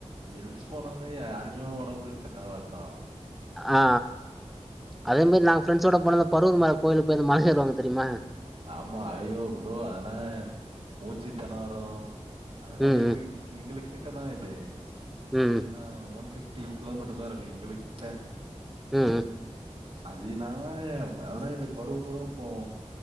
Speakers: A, on the right; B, in the centre.
A: ஹில்ஸ் போனாலே யாருக்குமே ஒடம்புகு செட்டாவாத்தா
B: ஆ அதே மாரி நாங்க ஃப்ரெண்ஸோட போனத பருதுமல கோயிலுக் போய் அந்த மல ஏறுவாங்க தெரிமா
A: ஆமா ஐயோ ப்ரோ அதெலா மூச்சு தெணரு அதலா
B: ம்
A: எங்குளு
B: ம்
A: எங்கிளுக் கிட்டதா இது
B: ம்
A: வேணா ஒன் ஃபிப் ட்டி கிலோமீட்ரு தா இருக்கு எங்கிளுக்கிட்ட
B: ம்
A: அதுனாங்க வாதனா எப்டி பருவு பருவு போவோ